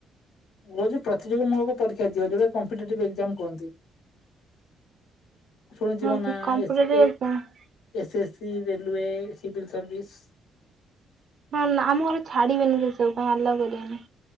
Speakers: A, on the left; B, on the right.
A: ଯଦି ପ୍ରତିଯୋଗୀ ମୁଳକ ପରୀକ୍ଷା ଦିଅ ଯୋଉଟା କମପିଟେଟିଭ ଏକ୍ସାମ କୁହନ୍ତି। ଶୁଣିଥିବ
B: ହଁ
A: ନା
B: କମ୍ପ୍ୟୁଟରରେ
A: ଏସ୍ ଏ
B: ହଁ
A: ଏସ୍ଏସ୍ସି ରେଲୱେ ସିଭିଲ୍ ସର୍ଭିସ।
B: ହଁ ନା ଆମ ଘର ଛାଡିବେନି ସେ ସବୁ ପାଇଁ ଆଲାଉ କରିବେନି।